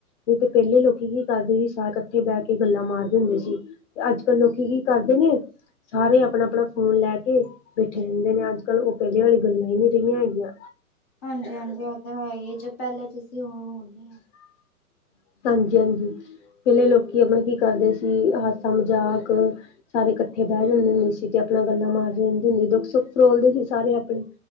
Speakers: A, on the left (about 50°); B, on the left (about 15°).
A: ਨਹੀਂ ਤੇ
B: ਹਾਂਜੀ।
A: ਪਹਿਲੇ ਲੋਕ ਲੋਕੀ ਕੀ ਕਰਦੇ ਸੀ ਸਾ ਇਕੱਠੇ ਬਹਿ ਕੇ ਗੱਲਾਂ ਮਾਰਦੇ ਹੁੰਦੇ ਸੀ, ਤੇ ਅੱਜ-ਕੱਲ ਲੋਕੀ ਕੀ ਕਰਦੇ ਨੇ ਸਾਰੇ ਆਪਨਾ-ਆਪਨਾ ਫੋਨ ਲੈ ਕੇ ਬੈਠੇ ਰਹਿੰਦੇ ਨੇ ਅੱਜ- ਕੱਲ, ਉਹ ਪਹਿਲੇ ਵਾਲੀ ਗੱਲਾਂ ਹੀ ਨਹੀਂ ਰਹੀਆਂ ਹੈਗੀਆਂ।
B: ਹਾਂਜੀ-ਹਾਂਜੀ ਉਹ ਤਾਂ ਹੈ ਹੀ, ਜੋ ਪਹਿਲੇ 'ਚ ਸੀਂ ਉਹ ਹੁਣ ਨਈ ਆ।
A: <inaudible> ਹਾਂਜੀ-ਹਾਂਜੀ, ਪਹਿਲੇ ਲੋਕੀ ਆਪਨਾ ਕੀ ਕਰਦੇ ਸੀ ਹਾਸਾ- ਮਜ਼ਾਕ ਸਾਰੇ ਇਕੱਠੇ ਬਹਿ
B: ਹੂੰ।
A: ਜਾਂਦੇ ਹੁੰਦੇ ਸੀ ਤੇ ਆਪਣਾ ਗੱਲਾਂ ਮਾਰਦੇ ਰਹਿੰਦੇ, ਦੁੱਖ-ਸੁੱਖ ਫਰੋਲਦੇ ਸੀ ਸਾਰੇ ਆਪਣੇ,